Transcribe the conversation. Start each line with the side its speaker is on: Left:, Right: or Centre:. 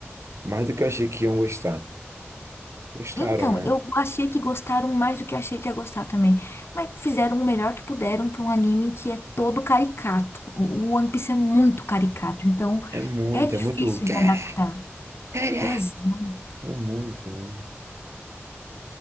Right: Mais do que eu achei que iam gostar. Gostaram,
Left: Então,
Right: né?
Left: eu achei que gostaram mais do que achei que ia gostar também. Mas fizeram o melhor que puderam pra um anime que é todo caricato. O o One Piece é muito caricato, então
Right: É muito,
Left: é difícil
Right: é muito. Cara,
Left: de adaptar.
Right: cara!
Left: Exato.
Right: É muito, né?